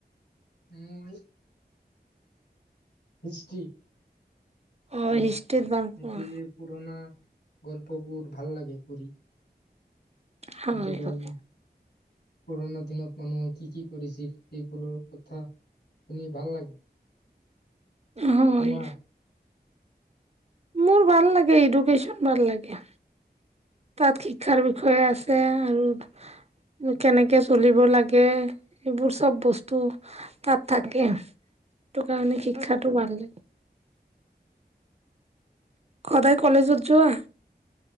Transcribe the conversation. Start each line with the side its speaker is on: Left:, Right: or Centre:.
Left: উম হিষ্টষ্ট্ৰী
Right: অ
Left: কিয়
Right: হিষ্ট্ৰীত ভাল পোৱা
Left: পুৰণা গল্পবোৰ ভাল লাগে পঢ়ি
Right: হয়
Left: সেইটো কাৰণে
Right: হয়
Left: পুৰণা দিনত মানুহে কি কি কৰিছিল সেইবোৰৰ কথা শুনি ভাল লাগে
Right: হয়
Left: তোমাৰ?
Right: মোৰ ভাল লাগে এডুকেশ্যন ভাল লাগে তাত শিক্ষাৰ বিষয়ে আছে আৰু কেনেকে চলিব লাগে সেইবোৰ চব বস্তু তাত থাকে সেইটো কাৰণে শিক্ষাটো ভাল লাগে হদায় কলেজত যোৱা